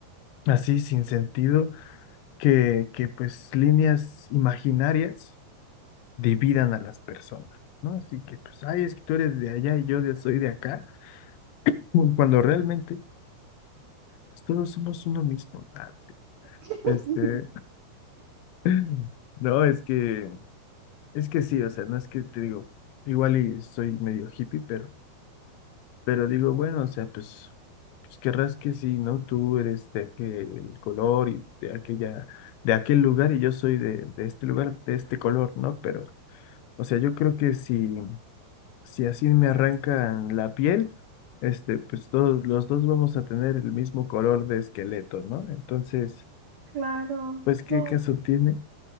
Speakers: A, on the left; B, on the right.
A: así sin sentido que, que pues líneas imaginarias dividan a las personas, ¿no? Así que pues, ay, es que tú eres de allá y yo de- soy de acá, <laughs> cuando realmente pues todos somos uno mismo. ah,
B: <laughs>
A: Este, <laughs> no, es que, es que sí, o sea, no es que te digo, igual y soy medio hippie, pero Pero digo, bueno, o sea, pues, pues querrás que sí, ¿no? Tú eres de aquel color y de aquella, de aquel lugar y yo soy de, de este lugar, de este color, ¿no? Pero, o sea, yo creo que si, si así me arrancan la piel, este, pues todos, los dos vamos a tener el mismo color de esqueleto, ¿no? Entonces,
B: Claro,
A: pues, ¿qué
B: no.
A: caso tiene?